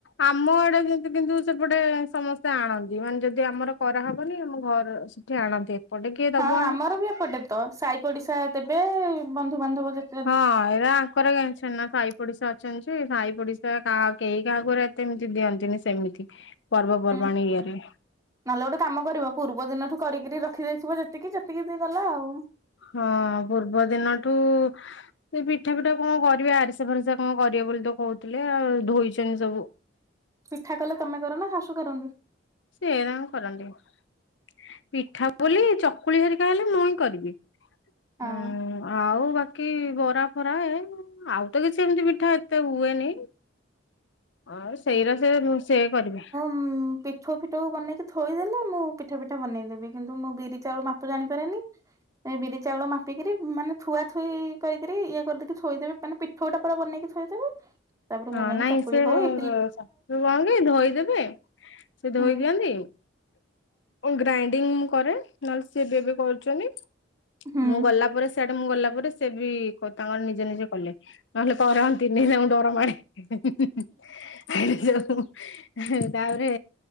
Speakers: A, on the left (about 65°); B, on the right (about 15°).
A: ଆମ ଆଡେ ଯେମିତି କିନ୍ତୁ ସେପଟେ ସମସ୍ତେ ଆଣନ୍ତି ମାନେ ଯଦି ଆମର କରାହବନି, ଆମ ଘରେ କିଏ ଆଣନ୍ତି? ଏପଟେ କିଏ ଦବ
B: ହଁ
A: ଆଣି
B: ଆମର ବି ଏପଟେ ତ ସାହି ପଡିଶା ଦେବେ ବନ୍ଧୁବାନ୍ଧବ ଦେ
A: ହଁ ଏ ଆଙ୍କର ଏ ଛେନା ସାଇ ପଡିଶା ଅ ସେନ୍ସି, ସାଇ ପଡିଶା କାହା କେହି କାହା ଘରେ ଏତେ ଏମିତି ଦିଅନ୍ତିନି ସେମିତି। ପର୍ବପର୍ବାଣିୀ
B: ହୁଁ।
A: ଇଏରେ।
B: ନହେଲେ ଗୋଟେ କାମ କରିବା ପୂର୍ବ ଦିନଠୁ କରିକିରି ରଖିଦେଇଥିବ ଯେତିକି ସେତିକି ସେ ଗଲା ଆଉ।
A: ହଁ ପୂର୍ବ ଦିନଠୁ ସେ ପିଠା ଫିଠା କଣ କରିବେ ଆରିସା ଫାରିସା କଣ କରିବେ ବୋଲି ତ କହୁଥିଲେ ଆଉ, ଧୋଇଛନ୍ତି ସବୁ।
B: ପିଠା କଲେ ତମେ କରନା, ଶାଶୁ କରନ୍ତି?
A: ସେ ତାଙ୍କର କରନ୍ତି, ପିଠା ବୋଲି ଚକୁଳି ହେରିକା ହେଲେ ମୁଇଁ କରିବି।
B: ହଁ।
A: ହୁଁ ଆଉ ବା କି ବରା ଫରା ଏ, ଆଉ ତ କିଛି ଏମିତି ପିଠା ଏତେ ହୁଏନି। ଆଉ ସେଇରା ସେ, ସେ କରିବେ।
B: ହୁଁ। ପିଠଉ ଫିଠଉ ବନେଇକି ଥୋଇଦେଲେ ମୁଁ ପିଠା ଫିଠା ବନେଇ ଦେବି କିନ୍ତୁ ମୁଁ ବିରି ଚାଉଳ ମାପ ଜାଣିପାରେନି। ଏ ବିରି ଚାଉଳ ମାପିକରି ମାନେ ଥୁଆଥୁଇ କରିକିରି ଇଏ କରିଦେଇକି ଥୋଇଦେବେ, ମାନେ ପି ଛଅ ଟା ପରେ ବନେଇକି ଥୋଇଦେବୁ, ତାପରେ
A: ହଁ
B: ମୁଁ ଯାଇକି
A: ନାଇଁ
B: ଚକୁଳି ହଉ ଇ
A: <unintelligible> ଧୋଇଦେବେ ସେ ଧୋଇ
B: ହୁଁ।
A: ଦିଅନ୍ତି। ଓ ଗ୍ରାଇଣ୍ଡିଙ୍ଗ କରେ ନହେଲେ ସିଏ ବି ଏବେ କରୁଛନ୍ତି।
B: ହୁଁ।
A: ମୁଁ ଗଲା ପରେ ସାଡେ ମୁଁ ଗଲା ପରେ ସେ ବି ତାଙ୍କର ନିଜେ ନିଜେ କଲେ ନହେଲେ କରନ୍ତିନି ତାଙ୍କୁ ଡର ମାଡେ। <unintelligible> ତାପରେ